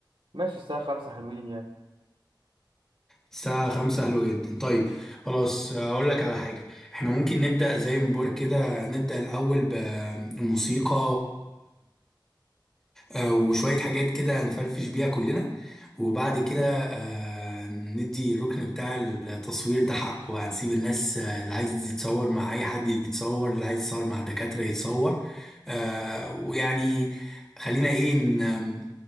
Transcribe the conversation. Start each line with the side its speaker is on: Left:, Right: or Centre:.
Right: ماشي الساعة خمسة حلوين يعني
Centre: الساعة خمسة حلوة جدا طيب خلاص آه، أقول لك على حاجة احنا ممكن نبدأ زي ما بقول كده نبدأ الأول بالموسيقى آه، وشوية حاجات كده هنفرفش بيها كلنا وبعد كده آه، ندي الركن بتاع التصوير ده حقه بقى نسيب الناس آه، اللي عايز يتصور مع أي حد يتصور اللي عايز يتصور مع الدكاترة يتصور آه، ويعني خلينا إيه ن-